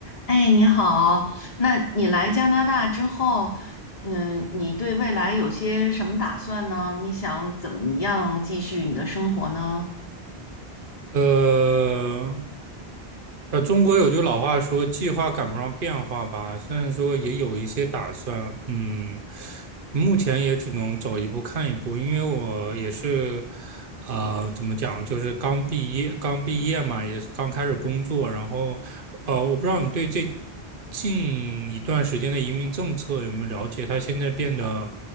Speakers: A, on the left; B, on the right.
A: 哎，你好，那你来加拿大之后，嗯，你对未来有些什么打算呢？你想怎么样继续你的生活呢？
B: 呃，呃，中国有句老话说“计划赶不上变化”吧，虽然说也有一些打算，嗯，目前也只能走一步看一步，因为我也是，呃，怎么讲，就是刚毕业，刚毕业嘛，也是刚开始工作，然后呃，我不知道你对这近一段时间的移民政策有没有了解？它现在变得